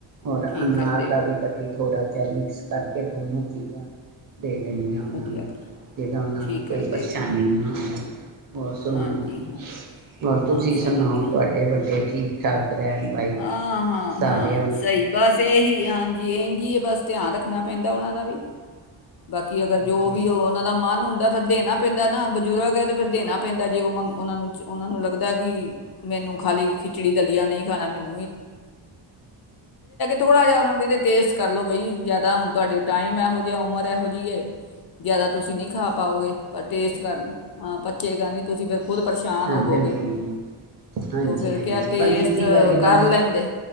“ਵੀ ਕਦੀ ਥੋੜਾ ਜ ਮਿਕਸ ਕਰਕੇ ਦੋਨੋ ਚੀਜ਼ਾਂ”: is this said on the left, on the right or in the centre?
Right